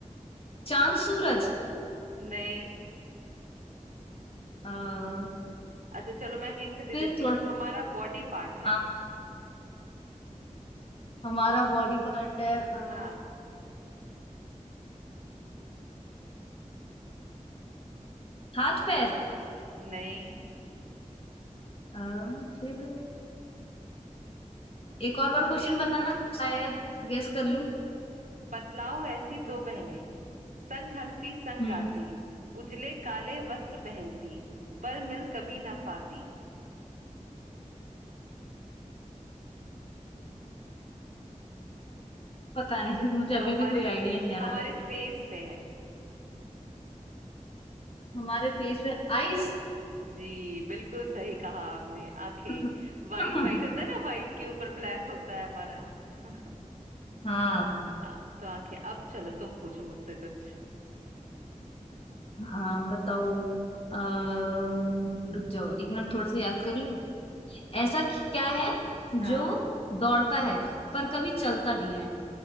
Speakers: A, on the left (about 45°); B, on the right (about 75°).
A: चांद सूरज
B: नहीं
A: अ,
B: अच्छा चलो मैं हिंट दे
A: फिर
B: देती
A: थोड़ा
B: हूँ हमारा बॉडी पार्ट है
A: हाँ हमारा बॉडी पार्ट है अ,
B: हाँ
A: हाथ पैर
B: नहीं
A: अ, फिर एक और बार क्वेश्चन बताना तो शायद गेस कर लूं
B: बतलाओ ऐसी दो बहनें संग हंसती संग
A: हम्म
B: गाती उजले काले वस्त्र पहनती पर मिल कभी ना पाती
A: पता नहीं
B: अच्छा
A: मुझे
B: चलो
A: अभी
B: हमारे
A: भी कोई आइडिया नहीं आ
B: हमारे
A: रहा
B: फेस पे है
A: हमारे फेस पे आईज
B: जी बिल्कुल सही कहा आपने आंखें
A: <laughs>
B: वाइट वाइट होता है ना वाइट के ऊपर ब्लैक होता है हमारा <laughs>
A: हाँ
B: हाँ, तो आंखें अब चलो तुम पूछो मुझसे कुछ
A: हाँ बताओ अम, रुक जाओ एक मिनट थोड़ा सा याद कर लूं ऐसा क्या है जो
B: हाँ
A: दौड़ता है पर कभी चलता नहीं है